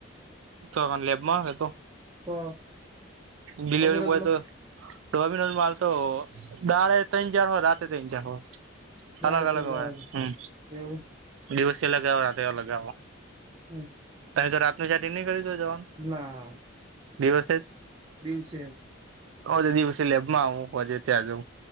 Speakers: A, on the right; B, on the right.
A: તો લેબમાં તો
B: તો
A: ડિલવરી
B: ડોમિનોઝમાં
A: બોય તો ડોમિનોઝ માં હાલ તો દાળે ત્રઈણ ચાર હોય રાતે ત્રઈણ ચાર હોય.
B: દાડે
A: અલગ
B: ત્રણ
A: અલગ
B: જણા
A: હોય હમ્મ
B: એવું
A: દિવસે અલગ આવ રાતે અલગ આવે.
B: હમ્મ.
A: તારે તો રાત્ર નું સેટિંગ નહી કરીયુ ચોય જવાનું.
B: ના.
A: દિવસે જ
B: દિવસે
A: હ તો દિવસે લેબમાં આવુંજે ત્યાં જઉ